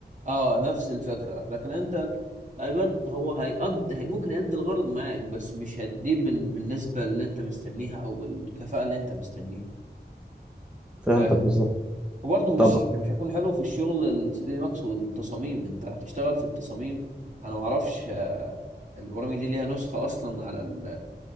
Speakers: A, on the right; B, in the centre.
A: اه نفس الفكره لكن انت الايباد هو هيقضي هي- ممكن يأدي الغرض معاك بس مش هتديه بال- بالنسبه اللي انت مستنيها او بالكفاءه اللي انت مستنيها
B: فهمتك
A: فاهم؟
B: بالظبط
A: وبرضه مش
B: طبعا
A: مش هيكون حلو في الشغل ال 3 دي ماكس والتصاميم انت هتشتغل في التصاميم انا ما اعرفش آه، البرامج دي ليها نسخه اصلا على ال